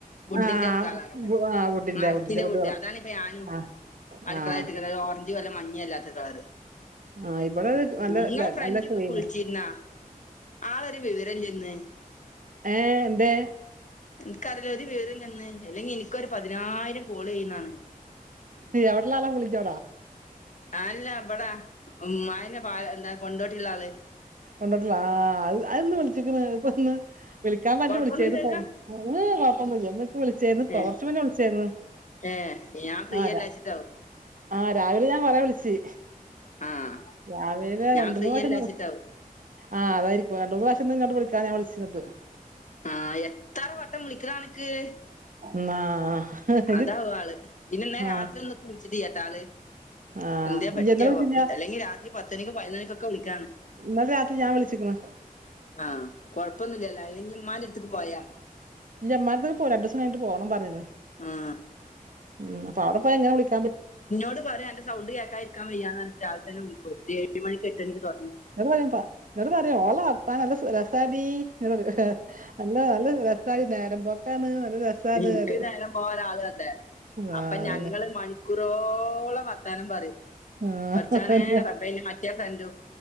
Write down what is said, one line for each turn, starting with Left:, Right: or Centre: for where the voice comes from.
Left: വുഡിന്റെ
Right: ആഹ്
Left: ഒരു കാലാണ്
Right: ആഹ് വുഡിന്റെ
Left: മരത്തിന്റെ
Right: വുഡിന്റെ
Left: വുഡ്
Right: കളർ
Left: അതാണിപ്പ ഞാനു
Right: ആഹ്
Left: അടുക്കളായിട്ട
Right: ആഹ്
Left: ഓറഞ്ച് വല്ല മഞ്ഞ അല്ലാത്ത കളറ്.
Right: ആഹ് ഇവിടെ നല്ല
Left: നിങ്ങളെ ഫ്രണ്ട്
Right: നല്ല
Left: ഇങ്ങക്ക്
Right: ക്രീമാ
Left: വിളിച്ചിരുന്നാ? ആളൊരു വിവരല്ലന്ന്.
Right: ഏ എന്തേ?
Left: എനക്ക്റില്ല ഒരു വിവരല്ലന്ന്. അല്ലെങ്കി എനിക്കരു പതിനായിരം കോള് ചെയ്യുന്നതാണ്.
Right: എവിടെല്ലാളാ പുളിയച്ചോടാ.
Left: ആല്ല അവിടാ ഉ ആയി പ എന്താ കൊണ്ടോട്ടിള്ള ആള്.
Right: കൊണ്ടിട്ടില്ല ആ അ അതൊന്ന് വിളിച്ചിക്കുണ്‌ ഇപ്പൊ ഇന്ന്. വിളിക്കാൻ പറ്റി
Left: കൊഴപ്പൊന്നുല്ലല്ലോ
Right: വിളിച്ചു പഴപ്പൊന്ന വിളിച്ചായിരുന്നു ഇപ്പൊ
Left: ഏ
Right: കൊറച്ച മുന്നേ വിളിച്ചായിന്ന്
Left: ഏ ഞാൻ ഫ്രീ
Right: ആരാ.
Left: അല്ലാച്ചിട്ടാവും
Right: ആഹ രാവിലെ ഞാൻ കൊറെ വിളിച്ചു
Left: ആഹ്
Right: രാവിലെ
Left: ഞാൻ
Right: രണ്ട
Left: ഫ്രീ
Right: മൂന്ന് വശം
Left: അല്ലാച്ചിട്ടാവും
Right: ആഹ് അതായിരിക്കും രണ്ട മൂന്ന് പ്രാവഷം ട്ട വിളിക്കാ ഞാൻ വിളിച്ചിന്നത്.
Left: ആഹ് എത്തറ വട്ടം വിളികാണാത്ത ഇന്ക്.
Right: ആ ഇനി
Left: അതാവും ആള് പിന്നെന്നാ
Right: ആ
Left: രാത്രി ഒന്ന് കുളിച്ചിട്ട് ചെയ്യാട്ട ആള്.
Right: ആ
Left: എന്താ പറ്റിയാവോ
Right: ഇയ്യ് ഇന്നലെ വിളിച്ചില്ല
Left: അല്ലെങ്കി രാത്രി പത്തണിക്കും പതിനണിക്കുംക്കെ വിളിക്കാണ്.
Right: എന്നാല രാത്രി ഞാൻ വിളിച്ചിക്ണ്. ‌
Left: ആഹ കൊഴപ്പൊന്നില്ലല്ലോ അല്ലെങ്കി ഉമ്മാന്റെ അടുത്തക്ക് പോയാ
Right: മ്മാനത്തൊക്കെ പോ രണ്ടു ദിവസം കഴിഞ്ഞിട്ട് പോണം പറയന്ന്.
Left: ആഹ്
Right: ഉം അപ്പ അവിടെപ്പോ എങ്ങനെ വിളിക്ക
Left: നിന്നോട് പറയാൻന്റെ സൗണ്ട് കേക്കാരിക്കാൻ വയ്യാന്ന്ട്ട രാവെ തന്നെ വിളിക്കോ ഒരു ഏഴ് മണി എട്ട എനിക്ക് തുറന്ന
Right: എന്ന പറയും എന്നട്ട പറയും ഓള വർത്താൻ നല്ല രസടി പറ നല്ല നല്ല അ നേരം പോക്കാണ്. നല്ല രസാണ്
Left: എനിക്ക്
Right: പറയും
Left: നേരം പോകൻ ഒരാള് വേണ്ടേ?
Right: ആ
Left: അപ്പൊ
Right: അതന്നെ
Left: ഞങ്ങള് മണിക്കൂറോളം വർത്താനം പറയും.
Right: ആ,
Left: പടച്ചോനെ
Right: അതന്നെ.
Left: റബ്ബെ ന്റെ മറ്റേ ഫ്രണ്ടും.